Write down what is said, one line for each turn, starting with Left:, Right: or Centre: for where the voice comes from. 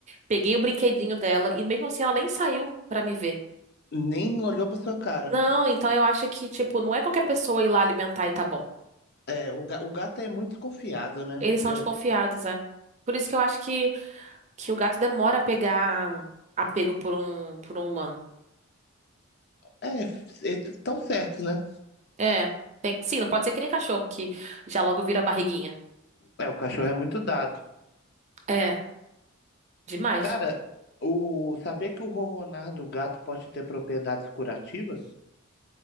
Right: Peguei o brinquedinho dela e mesmo assim ela nem saiu pra me ver.
Left: Nem olhou pra sua cara.
Right: Não, então eu acho que, tipo, não é qualquer pessoa ir lá alimentar e tá bom.
Left: É, o, ga- o gato é muito desconfiado, né?
Right: Eles são
Left: Eu,
Right: desconfiados, é. Por isso que eu acho que, que o gato demora a pegar apego por um, por um humano.
Left: é, eles tão certo, né?
Right: É. Tem, sim, não pode ser que nem cachorro que já logo vira barriguinha.
Left: É, o cachorro é muito dado.
Right: É, demais.
Left: Cara, o saber que o ronronar do gato pode ter propriedades curativas?